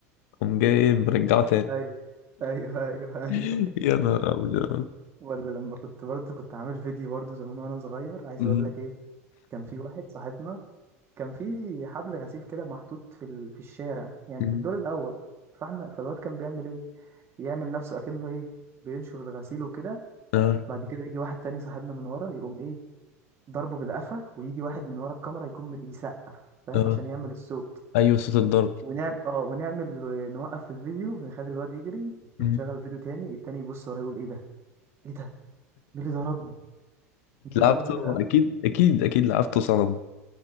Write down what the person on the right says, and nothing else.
ايوه ايوه ايوه ايوه
أيوة.
ولا لما كنت برضه كنت عامل فيديو برضه زمان وانا صغير عايز
اقول لك ايه كان في واحد صاحبنا كان في حبل غسيل كده محطوط في ال... في الشارع يعني
في الدور الاول فاحنا فالواد كان بيعمل ايه يعمل نفسه اكنه ايه بينشر الغسيل وكده
بعد كده يجي واحد تاني صاحبنا من ورا يقوم ايه ضربه بالقفا ويجي واحد من ورا الكاميرا يكون يسقف فاهم
عشان يعمل الصوت
ونعمل اه ونعمل نوقف الفيديو نخلي الواد يجري
ونشغل الفيديو تاني التاني يبص ورا يقول ايه ده ايه ده مين اللي ضربني مين اللي
ضربني بالقفا